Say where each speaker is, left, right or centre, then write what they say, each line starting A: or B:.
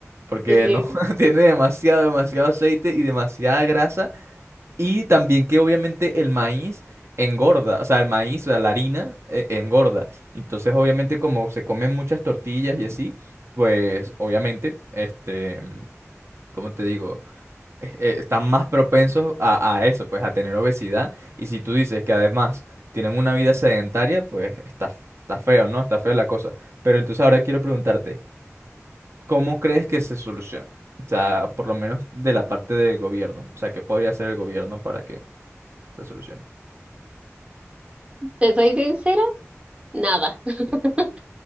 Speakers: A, on the right (about 60°); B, on the right (about 25°).
A: Porque
B: Sí.
A: no, <laughs> tiene demasiado, demasiado aceite y demasiada grasa. Y también que obviamente el maíz engorda, o sea, el maíz, o sea, la harina eh, engorda. Entonces obviamente como se comen muchas tortillas y así, pues obviamente, este, ¿cómo te digo? eh, están más propensos a, a eso, pues a tener obesidad. Y si tú dices que además tienen una vida sedentaria, pues está, está feo, ¿no? Está fea la cosa. Pero entonces ahora quiero preguntarte, ¿cómo crees que se soluciona? O sea, por lo menos de la parte del gobierno. O sea, ¿qué podría hacer el gobierno para que se solucione?
B: ¿Te soy sincera? Nada. <laughs>